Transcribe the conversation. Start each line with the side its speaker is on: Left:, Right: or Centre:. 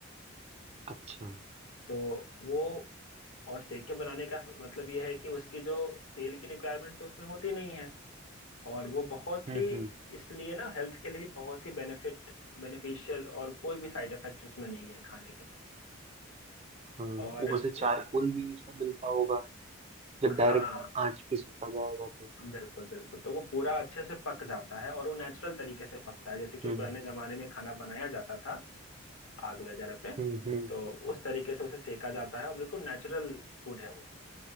Right: अच्छा हम्म
Left: तो वो और सेक के बनाने का मतलब ये है कि उसकी जो तेल की रिक्वायरमेंट तो उसमें होती नहीं है और वो बहुत
Right: हम्म
Left: ही इसलिए ना हेल्थ के लिए भी बहुत ही बेनिफिट बेनिफिशियल और कोई भी साइड इफेक्ट उसमें नहीं है खाने के
Right: हाँ
Left: और
Right: ऊपर से चारकोल
Left: उस
Right: भी उसमें मिलता होगा जब डायरेक्ट
Left: हाँ
Right: आंच पे सेका जाएगा तो
Left: बिल्कुल बिल्कुल तो वो पूरा अच्छे से पक जाता है और वो नेचुरल तरीके से पकता है जैसे कि
Right: हम्म
Left: पुराने जमाने में खाना बनाया जाता था आग वगैरह पे
Right: हम्म हम्म हम्म।
Left: तो उस तरीके से उसे सेका जाता है और बिल्कुल नेचुरल फूड है वो